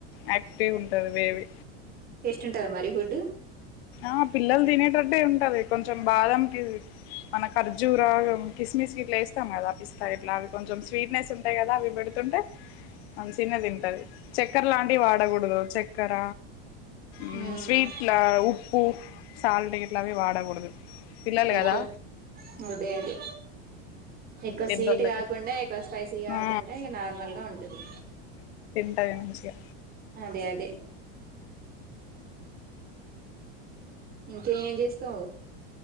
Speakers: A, on the left (about 75°); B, on the right (about 30°).
A: యాక్టివ్ ఉంటది. బేబీ
B: టేస్ట్ ఉంటదా మరి ఫుడ్డు
A: ఆ పిల్లలు తినేటటె ఉంటది. కొంచెం బాధంప్యూరీ మన ఖర్జూరాలు, కిస్మిస్ గిట్లా వేస్తాం కదా. పిస్తా గిట్లా అవి కొంచెం స్వీట్నెస్ ఉంటాయి కదా. అవి పెడిత్ తుంటే మంచినే తింటది. చక్కర లాంటివి వాడగుడదు చక్కెర, ఉమ్
B: మ్మ్
A: స్వీట్ల, ఉప్పు, సాల్ట్ గిట్లావి వాడకూడదు. పిల్లలు
B: ఎక్కువ
A: కదా
B: నో బేబీ ఎక్కువ
A: పెద్దోళ్ళకి
B: స్వీట్ కాకుండా, ఎక్కువ స్పైసీ కాకుండా,
A: ఆ
B: ఇగా నార్మల్గా ఉంటుంది.
A: అదేవిధంగా మంచిగా
B: అదే అదే ఇంకే ఏం ఏం చేస్తావ్